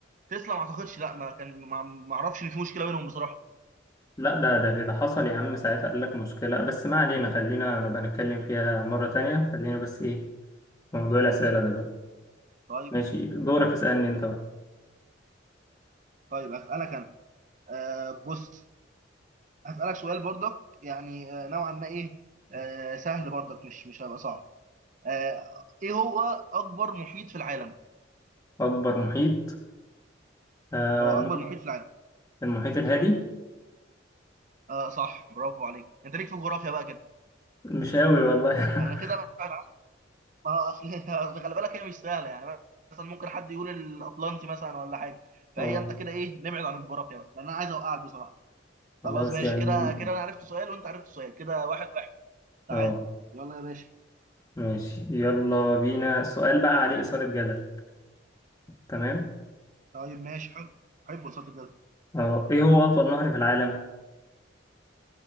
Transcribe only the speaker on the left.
لا ده ده ده حصل يا عم ساعتها قال لك مشكله بس ما علينا خلينا نبقى نتكلم فيها مره تانية خلينا بس ايه في موضوع الاسئله دلوقتي
ماشي
دورك اسالني انت بقى
اكبر محيط آه
مم-
المحيط الهادي
مش قوي والله
<laughs>
اه
خلاص
يعني
اه
ماشي يلا بينا سؤال بقى عليه اثاره جدل تمام
اه ايه هو اطول نهر في العالم